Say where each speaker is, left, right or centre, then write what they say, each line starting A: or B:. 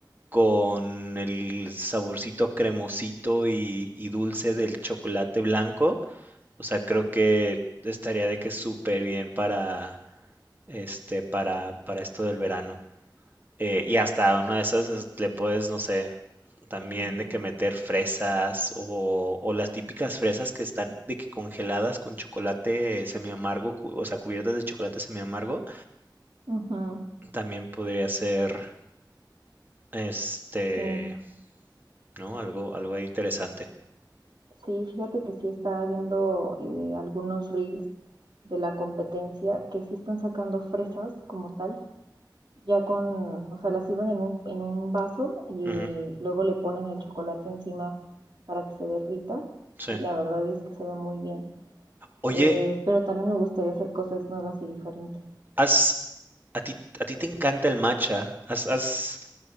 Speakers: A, on the right; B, on the right.
A: con el saborcito cremosito y, y dulce del chocolate blanco, o sea, creo que estaría de que súper bien para este, para, para esto del verano. Eh, y hasta una de esas es- le puedes, no sé, también
B: Ujú,
A: de que meter fresas o, o las típicas fresas que están de que congeladas con chocolate semiamargo, cu- o sea, cubiertas de chocolate semiamargo,
B: ujú.
A: también podría ser, este,
B: Sí,
A: ¿no? Algo, algo ahí interesante.
B: sí, fíjate que sí estaba viendo eh, algunos reels de la competencia que sí están sacando fresas como tal. ya con, o sea, la sirven en un, en un vaso y
A: Ujú,
B: luego le ponen el chocolate encima para que se derrita
A: sí.
B: y la verdad es que se ve muy bien.
A: Oye,
B: Eh, pero también me gustaría hacer cosas nuevas y diferentes.
A: has, a ti, a ti te encanta el matcha. ¿Has, has,